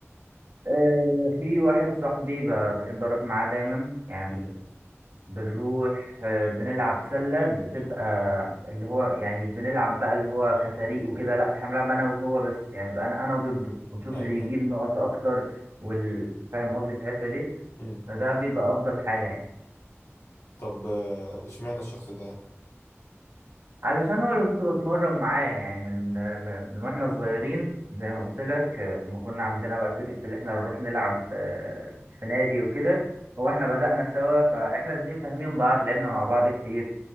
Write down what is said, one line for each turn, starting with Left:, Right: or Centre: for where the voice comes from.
Right: آه في واحد صاحبي ب- بحب اروح معاه دايما يعني
Left: مم.
Right: بنروح آه، بنلعب سلة بتبقى اللي هو يعني مش بنلعب بقى اللي هو كفريق وكده لا احنا بنلعب انا وهو بس يعني بيبقى انا انا ضده ونشوف
Left: أيوه
Right: اللي
Left: فاهم
Right: يجيب نقط اكتر وال... فاهم قصدي في الحتة دي
Left: مم.
Right: فده بيبقى افضل حاجة يعني
Left: طب آه، إشمعنى الشخص ده يعني؟
Right: علشان هو اللي كنت بتمرن معاه يعني من آه، من واحنا صغيرين زي ما قلت لك آه، ما كنا عندنا بقى فكرة اللي احنا نروح نلعب آه، في نادي وكده هو احنا بدأنا سوا فاحنا الاتنين فاهمين بعض لعبنا مع بعض كتير